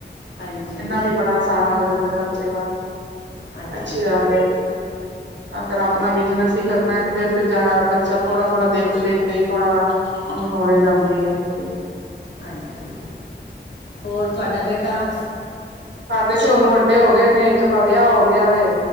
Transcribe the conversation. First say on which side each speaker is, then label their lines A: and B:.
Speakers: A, on the left; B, on the right.
A: ਹਾਂਜੀ
B: ਇਨਾ ਵੀ ਬੜਾ ਸਹਾਰਾ ਹੋ ਜਾਂਦਾ ਬੱਚੇ ਦਾ।
A: ਹਾਂਜੀ
B: ਅੱਛੀ ਗੱਲ ਹੈ। ਅਗਰ ਆਪਣਾ ਬਿਜਨਸ ਹੀ ਕਰਨਾ ਤੇ ਫੇਰ ਜਾ ਬੱਚਾ ਥੋੜਾ- ਥੋੜਾ ਦੇਖ- ਦੇਖ ਕੇ ਹੀ ਥੋੜਾ- ਉਹਨੂੰ ਨੌਲੇਜ ਆਉਂਦੀ ਹੈਗੀ ਹੈ।
A: ਹਾਂਜੀ, ਹੋਰ ਤੁਹਾਡਾ ਬੇਟਾ?
B: ਸਾਡੇ ਤੇ ਹੁਣ ਵੱਡੇ ਹੋ ਗਏ ਨੇ ਇੱਕ ਦਾ ਵਿਆਹ ਹੋ ਗਿਆ ਵੇ,